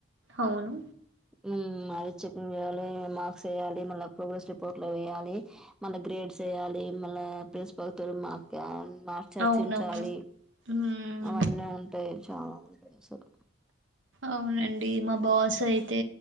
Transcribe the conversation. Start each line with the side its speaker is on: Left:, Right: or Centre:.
Right: అవును.
Centre: మ్ మ్ చెక్కింగ్ చేయాలి మార్క్స్ వేయాలి మళ్ళ ప్రోగ్రెస్ రిపోర్ట్లు వేయ్యాలి మళ్ళ గ్రేడ్స్ చేయాలి మళ్ళ ప్రిన్సిపల్తో మార్కు మార్క్స్ చర్చించాలి.
Right: అవునవును ఉమ్
Centre: అవన్నీ ఉంటాయ్ చాలా ఉంటాయసలు
Right: అవునండి. మా బాస్ అయితే